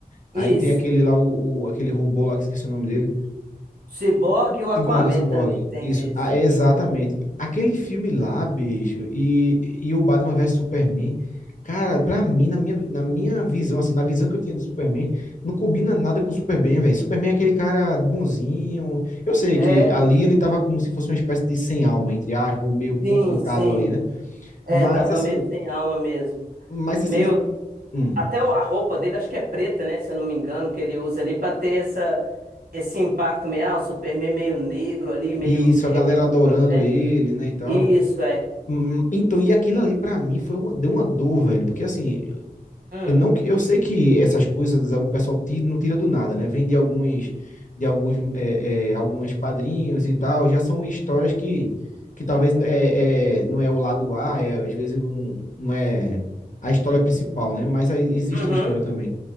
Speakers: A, on the left; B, on the right.
A: aí
B: isso.
A: tem aquele lá, o, o- aquele robô lá que esqueci o nome dele.
B: Cyborg e o Aquaman
A: Ciborgue, Ciborgue.
B: também tem
A: Isso,
B: nesse.
A: ah, é exatamente. Aquele filme lá, bicho, e, e o Batman vs Superman, cara, pra mim, na minha, na minha visão, assim, na visão que eu tinha de Superman, não combina nada com o Superman, velho. Superman é aquele cara bonzinho. Eu sei
B: É,
A: que ali ele tava como se fosse uma espécie de sem alma, entre aspas, ou meio
B: sim,
A: conflitado
B: sim.
A: ali, né?
B: É,
A: Mas
B: tava
A: assim,
B: meio sem alma mesmo.
A: mas
B: Meio,
A: assim, de. Hum.
B: até o- a roupa dele acho que é preta, né, se eu não me engano, que ele usa ali pra ter essa esse impacto meio, ah, o Superman meio negro ali, meio,
A: Isso,
B: re-
A: a galera adorando
B: né?
A: ele, né, e tal.
B: Isso é.
A: Hum, Então, e aquilo ali pra mim foi uma, deu uma dor, velho, porque assim,
B: Hum.
A: Eu não, que- eu sei que essas coisas o pessoal tira, não tira do nada, né? Vem de alguns, de alguns, é, é, alguns quadrinhos e tal. Já são histórias que, que talvez é, é, não é o lado A, é, às vezes não, não é a história principal, né? Mas aí existe
B: Uhum.
A: a história também.